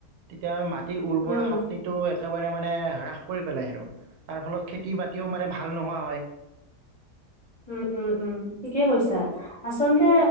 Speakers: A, on the right (about 75°); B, on the left (about 35°).
A: তেতিয়া মাত উৰ্বৰা
B: উম,
A: শক্তিটো একেবাৰে মানে হ্ৰাস কৰি পেলাই আৰু তাৰ ফলত খে- তি বাতিও মানে ভাল নোহোৱা হয়।
B: উম উম উম ঠিকে কৈছা। আচলতে